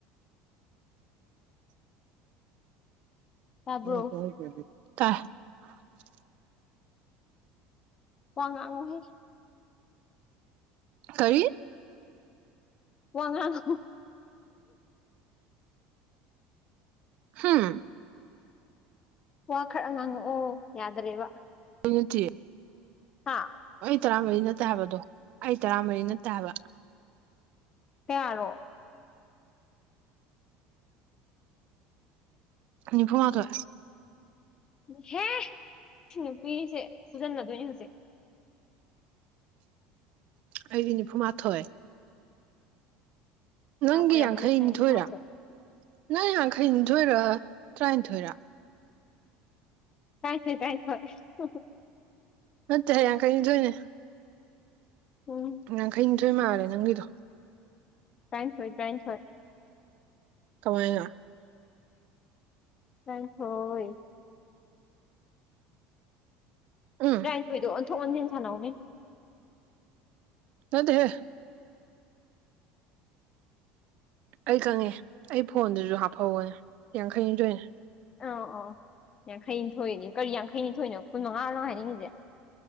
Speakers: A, on the right (about 50°); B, on the left (about 25°).
A: <unintelligible>
B: ꯇꯥꯕ꯭ꯔꯣ ꯋꯥꯉꯥꯡꯍ
A: ꯀꯔꯤ
B: ꯋꯥꯉꯣ
A: ꯍꯝ
B: ꯋꯥ ꯈꯔ ꯉꯥꯡꯉꯛꯑꯣ ꯌꯥꯗꯔꯦꯕ
A: ꯀꯠꯇꯦ
B: ꯍꯥꯥ
A: ꯇꯔꯥꯃꯔꯤ ꯅꯠꯇ ꯍꯥꯏꯕꯗꯣ ꯑꯩ ꯇꯔꯥꯃꯔꯤ ꯅꯠꯇ ꯍꯥꯏꯕ
B: ꯇꯔꯣ
A: ꯅꯤꯐꯨ ꯃꯥꯊꯋ
B: ꯍꯦ ꯅꯨꯄꯤꯁꯦ ꯁꯨꯖꯟꯅꯗꯣꯏꯅꯤ ꯍꯧꯖꯤꯛ
A: ꯑꯩꯗꯤ ꯅꯤꯐꯨꯃꯥꯊꯣꯏ ꯅꯪꯒꯤ
B: ꯌꯥꯝ ꯑꯣꯏꯔꯝꯃꯅꯤ
A: ꯌꯥꯡꯈꯩ
B: ꯅꯤꯐꯨꯃꯥꯊꯣꯏ
A: ꯅꯤꯊꯣꯏꯔꯥ ꯅꯪ ꯌꯥꯡꯈꯩꯅꯤꯊꯣꯏꯔ ꯇꯔꯥꯅꯤꯊꯣꯏꯔꯥ
B: ꯀꯥꯏꯁꯦ ꯀꯥꯏ ꯊ ꯍꯣꯏ
A: ꯑꯠꯇ ꯌꯥ ꯀꯥꯏꯁꯨꯣꯏꯦ
B: ꯎꯝ
A: ꯌꯥꯡꯈꯩꯅꯤꯊꯣꯏ ꯃꯥꯂꯦ ꯅꯪꯒꯤꯗꯣ
B: ꯐ꯭ꯔꯥꯏꯁ ꯍꯣꯏ ꯇ꯭ꯔꯥꯏꯟꯁ ꯍꯣꯏ
A: ꯀꯃꯥꯏꯅ
B: ꯅꯪ ꯍꯣꯏ
A: ꯎꯝ
B: ꯇꯔꯥꯅꯤꯊꯣꯏꯗꯣ ꯑꯣꯟꯊꯣꯛ ꯑꯣꯟꯁꯤꯟ ꯁꯥꯟꯅꯧꯅꯦ
A: ꯅꯗꯤ ꯍꯦ ꯑꯩ ꯈꯪꯉꯦ ꯑꯩ ꯐꯣꯟꯗꯨꯁꯨ ꯍꯥꯞꯐꯧꯒꯅꯦ ꯌꯥꯡꯈꯩꯅꯤꯊꯣꯏꯅꯦ
B: ꯑꯧ ꯑ ꯌꯥꯡꯈꯩꯅꯤ ꯊꯣꯏꯏꯗꯤ ꯀꯔꯤ ꯌꯥꯡꯈꯩꯅꯤ ꯊꯣꯏꯏꯅꯣ ꯀꯨꯟ ꯃꯉꯥꯅꯣ ꯍꯥꯏꯅꯤꯡꯉꯤꯁꯦ